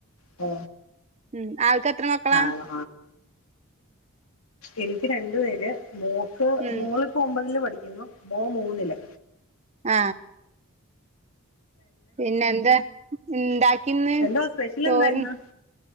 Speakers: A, on the left (about 75°); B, on the right (about 30°).
A: ആ
B: ഉം ആൾക്ക് എത്ര മക്കളാ
A: ആണോ എനിക്ക് രണ്ടു പേര് മോക്ക്
B: ഉം
A: മോള് പ്പോ ഒമ്പതില് പഠിക്ക <unintelligible> മോ മൂന്നില്
B: ആ പിന്നെ എന്താ ഉണ്ടാക്കിന്ന്
A: എന്തോ സ്പെഷ്യൽ
B: ചോറ്
A: എന്താ ഇന്ന്